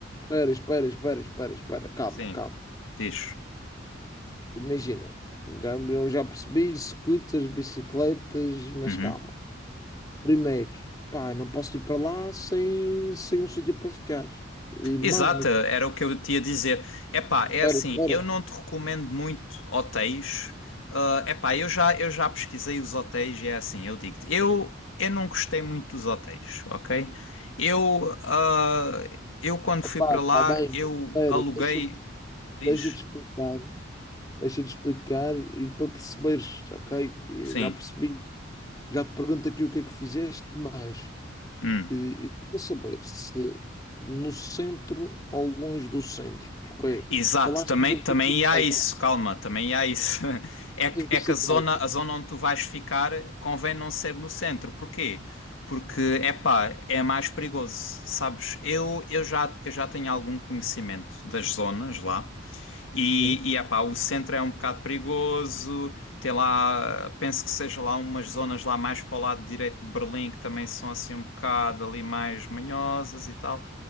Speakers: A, on the left; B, on the left.
A: espera, espera, espera, espera, espera. Calma,
B: Sim,
A: calma.
B: diz.
A: Imagina, já, eu já percebi, scooters, bicicletas, mas
B: Uhum.
A: calma. Primeiro, pá, não posso ir para lá sem, sem um sítio para ficar. Eh, Mas
B: Exato,
A: não,
B: era o que eu te ia dizer. Epá, é
A: espera,
B: assim,
A: espera.
B: eu não te recomendo muito hotéis. Ah, epá, eu já, eu já pesquisei os hotéis e é assim, eu digo-te, eu, eu não gostei muito dos hotéis, ok? Eu, ah, eu quando
A: Opá,
B: fui para
A: está
B: lá,
A: bem,
B: eu
A: mas espera,
B: aluguei.
A: deixa-te
B: Diz?
A: deixa-te explicar. Deixa-te explicar e para perceberes, ok? Eu
B: Sim.
A: já percebi, já te pergunto aqui o que é que fizeste, mas
B: Hum.
A: eh, eu quero saber se no centro ou longe do centro, porque
B: Exato,
A: falaste
B: também,
A: de
B: também
A: bicicleta.
B: há isso, calma, também há isso. <laughs> É que,
A: de
B: é
A: bicicleta.
B: que a zona, a zona onde tu vais ficar convém não ser no centro. Porquê? Porque, epá, é mais perigoso, sabes? Eu, eu já, eu já tenho algum conhecimento das zonas lá e,
A: Sim.
B: e epá, o centro é um bocado perigoso. Tem lá, penso que seja lá umas zonas lá mais para o lado direito de Berlim que também são assim um bocado ali mais manhosas e tal.